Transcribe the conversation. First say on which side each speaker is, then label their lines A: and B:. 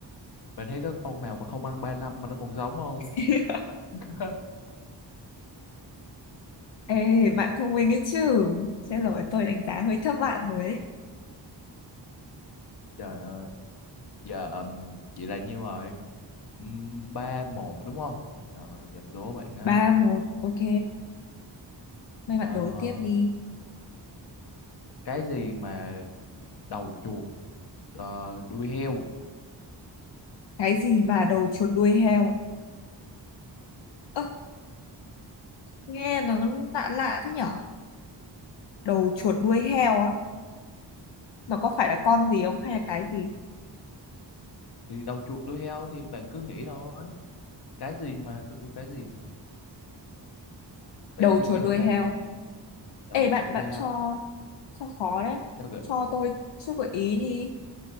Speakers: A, on the left (about 60°); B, on the left (about 75°).
A: Bạn thấy có con nào mà không ăn ba năm mà nó còn sống không?
B: <laughs>
A: <laughs>
B: ê
A: Ờ,
B: bạn thông minh ấy chứ chết rồi tôi đánh giá hơi thấp bạn rồi ấy
A: Trời ơi. Giờ um, chị là nhiêu rồi? Um, 3-1 đúng không? Rồi giờ đố bạn á.
B: ba một ok mấy bạn
A: Ờ,
B: đố tiếp đi
A: cái gì mà đầu chuột ờ, đuôi heo
B: cái gì mà đầu chuột đuôi heo ơ nghe nó lạ lạ thế nhở đầu chuột đuôi heo á nó có phải là con gì không hay là cái gì
A: thì đầu chuột đuôi heo thì bạn cứ nghĩ thôi cái gì mà tôi kêu cái gì mà bạn
B: đầu
A: suy
B: chuột
A: nghĩ thử
B: đuôi
A: xem
B: heo
A: đầu
B: Ê
A: chuột
B: bạn
A: đuôi
B: bạn
A: heo
B: cho cho khó đấy
A: cho gợi
B: cho tôi chút gợi ý đi